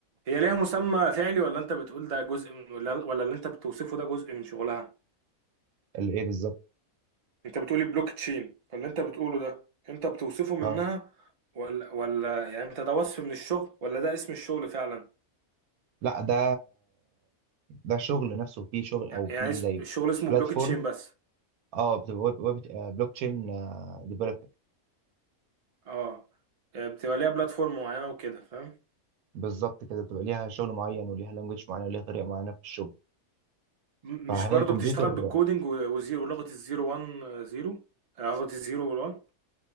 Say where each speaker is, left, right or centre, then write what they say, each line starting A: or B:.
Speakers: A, on the right; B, on the right.
A: هي ليها مسمى فعلي ولا انت بتقول ده جزء من ولا ولا اللي انت بتوصفه ده جزء من شغلها
B: اللي ايه بالظبط
A: انت بتقولي بلوك تشين فاللي انت بتقوله ده انت بتوصفه منها
B: اه
A: ولا ولا يعني انت ده وصف من الشغل ولا ده اسم الشغل فعلا
B: لا ده ده شغل نفسه فيه شغل او
A: يعني
B: فيه
A: اسم-
B: زي
A: الشغل اسمه
B: بلاتفورم
A: بلوك تشين بس
B: اه بتبقى ويب, ويب بلوك تشين ديفلوبر
A: اه يعني بتبقى ليها بلاتفورم معينه وكده فاهم
B: بالظبط كده بتبقى ليها شغل معين وليها لانجوج معين وليها طريقه معينه في الشغل
A: م-
B: فهي
A: مش برضو
B: الكمبيوتر
A: بتشتغل بالكودينج و- وزيرو ولغة الزيرو وان آه، زيرو آه، لغة الزيرو والوان